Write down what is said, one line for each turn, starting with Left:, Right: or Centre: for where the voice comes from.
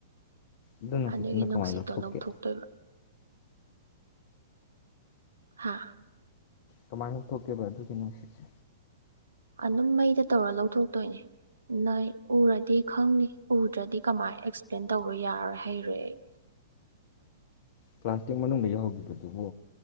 Left: ꯑꯗꯨ ꯅꯨꯡꯁꯤꯠꯇꯨꯅ
Right: ꯑꯗꯨꯒꯤ ꯅꯨꯡꯁꯤꯠꯇꯣ
Left: ꯀꯃꯥꯏꯅ ꯂꯧꯊꯣꯛꯀꯦ
Right: ꯂꯧꯊꯣꯛꯇꯣꯏꯕ ꯍꯥ
Left: ꯀꯃꯥꯏꯅ ꯊꯣꯛꯀꯦꯕ ꯑꯗꯨꯒꯤ ꯅꯨꯡꯁꯤꯠꯁꯦ꯫
Right: ꯑꯗꯨꯝ ꯃꯩꯗ ꯇꯧꯔ ꯂꯧꯊꯣꯛꯇꯣꯏꯅꯦ ꯅꯣꯏ ꯎꯔꯗꯤ ꯈꯪꯅꯤ ꯎꯗ꯭ꯔꯗꯤ ꯀꯃꯥꯏꯅ ꯑꯦꯛꯁꯄ꯭ꯂꯦꯟ ꯇꯧꯕ ꯌꯥꯔꯣꯏ ꯍꯩꯔꯣꯏ ꯑꯩ
Left: ꯄ꯭ꯂꯥꯁꯇꯤꯛ ꯃꯅꯨꯡꯗ ꯌꯥꯎꯒꯤꯕꯗꯨꯕꯨ